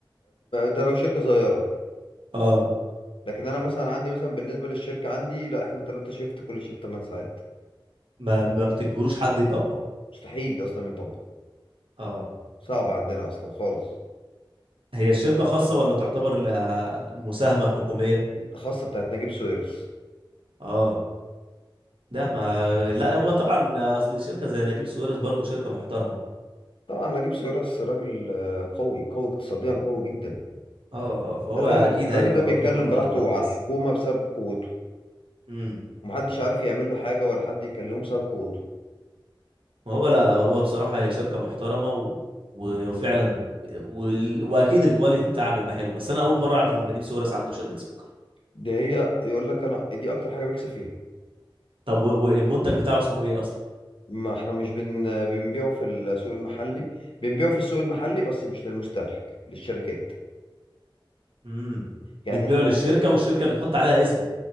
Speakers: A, on the left; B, on the right.
A: ده لو شركة صغيرة
B: اه
A: لكن انا مثلا عندي مثلا بالنسبة للشركة عندي لا احنا 3 شيفت كل شيفت 8 ساعات
B: ما ما بتجبروش حد يطبق
A: مستحيل اصلا يطبق
B: اه
A: صعب عندنا اصلا خالص
B: هي الشركه خاصه ولا تعتبر لها مساهمه حكوميه
A: خاصة بتاعت نجيب ساويرس
B: اه لا ما لا هو طبعا اصل الشركه زي نجيب ساويرس برضو شركه محترمه
A: طبعا نجيب ساويرس راجل آه، قوي قوي اقتصاديا
B: اه
A: قوي جدا
B: اه آه، فهو
A: الراجل
B: اكيد
A: الراجل
B: هيبقى
A: ده بيتكلم
B: راجل محترم
A: براحته
B: مع الناس
A: على الحكومة بسبب قوته
B: امم
A: ومحدش عارف يعمل له حاجة ولا حد يكلمه بسبب قوته
B: ما هو لا لا هو بصراحة هي شركة محترمة و... و- وفعلا وال... واكيد الكواليتي بتاعها بيبقى حلو بس انا اول مرة اعرف ان نجيب ساويرس عنده شركة سكر
A: دي هي يقول لك انا دي اكتر حاجة بيكسب فيها
B: طب و... والمنتج بتاعه اسمه ايه اصلا
A: ما احنا مش بن بنبيعه في السوق المحلي بنبيعه في السوق المحلي بس مش للمستهلك للشركات
B: امم
A: يعني
B: بتبيعه
A: احنا
B: للشركة والشركة اللي تحط عليها اسمه